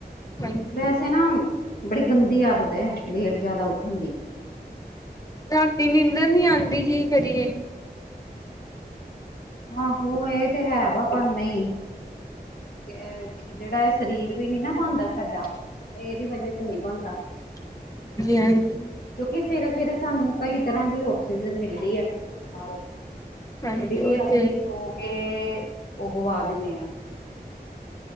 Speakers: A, on the left; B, on the left.
A: ਨਹੀਂ।
B: ਵੈਸੇ ਨਾ ਬੜੀ ਗੰਦੀ ਆਦਤ ਐ। ਲੇਟ ਜ਼ਿਆਦਾ ਉੱਠਣ ਦੀ।
A: ਰਾਤੀ ਨੀਂਦਰ ਨੀ ਆਉਂਦੀ ਕੀ ਕਰੀਏ?
B: ਆਹੋ! ਇਹ ਤੇ ਹੈ ਵਾ ਪਰ ਨਹੀਂ। ਜਿਹੜਾ ਇਹ ਸਰੀਰ ਵੀ ਨੀ ਨਾ ਬਣਦਾ ਸਾਡਾ। ਇਹਦੀ ਵਜ੍ਹਾ ਤੇ ਨਹੀਂ ਬਣਦਾ।
A: <unintelligible>
B: ਕਿਉਂਕਿ ਸਵੇਰੇ -ਸਵੇਰੇ ਸਾਨੂੰ ਕਈ ਤਰ੍ਹਾਂ ਦੀ ਆਕਸੀਜਨ ਮਿਲਦੀ ਐ। ਬਾਹਰੋਂ।
A: ਹਾਂਜੀ
B: ਜਿਹੜੀ ਕਿ,
A: ਉਹ
B: ਅਸੀਂ
A: ਤੇ
B: ਸੋ ਕੇ ਉਹ ਗਵਾ ਦਿੰਦੇ ਆ।